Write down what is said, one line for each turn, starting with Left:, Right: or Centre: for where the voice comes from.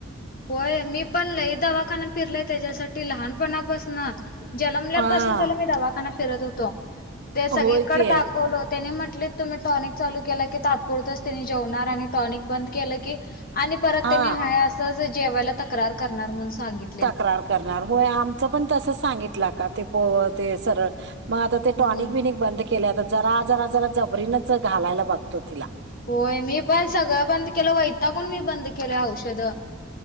Left: होय मी पण दवाखाना फिरलय त्याच्यासा त लहानपणापासन जन्मल्यापासून
Right: हा
Left: मी त्याला दवाखाना फिरत होतो ते सगळीकडे
Right: होय की
Left: दाखवलोत त्यांनी म्हटले तुम्ही टॉनिक चालू केलं की तात्पुरतच त्यांनी जेवणार आणि टॉनिक बंद केलं की आणि परत
Right: हा
Left: त्यांनी हाय असंच जेवायला तक्रार करणार म्हणून सांगित
Right: तक्रार करणार होय आमच पण तस सांगितलं का ते सरळ मग आता ते
Left: होय
Right: टॉनिक, बिनिक बंद केले आता जरा जरा जरा जबरीनच घालायला बघतो तिला
Left: होय मी पण सगळं बंद केलं वैतागुन मी बंद केलं औषध